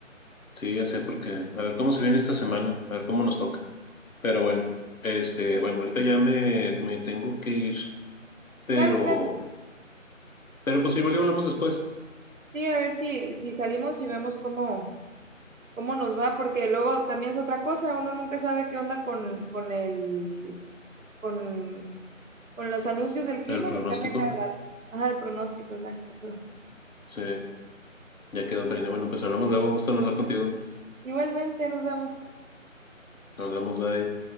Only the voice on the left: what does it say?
Sí, ya sé porque, a ver cómo se viene esta semana, a ver cómo nos toca. Pero bueno, este,
bueno, ahorita ya me, me tengo que ir, pero,
pero pues igual y hablamos después.
El pronóstico,
sí, ya quedó, cariño. Bueno, pues hablamos luego, gusto en hablar contigo.
Hablamos, bye.